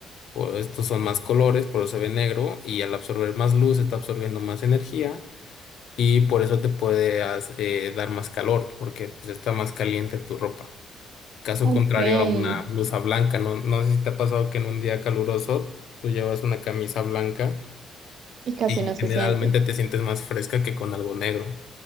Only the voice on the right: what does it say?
ok.
Y casi
no se
siente.